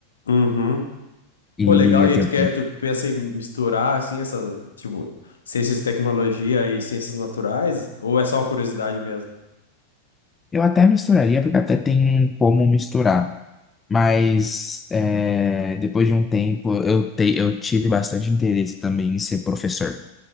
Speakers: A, on the left; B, on the left.
A: Uhum.
B: e
A: Pô, legal. E
B: eu
A: aí
B: tenho
A: tu quer, tu pensa em misturar assim essa, tipo, ciências de tecnologia e ciências naturais? Ou é só uma curiosidade mesmo?
B: Eu até misturaria, porque até tem como misturar. Mas é, depois de um tempo, eu, te, eu tive bastante interesse também em ser professor.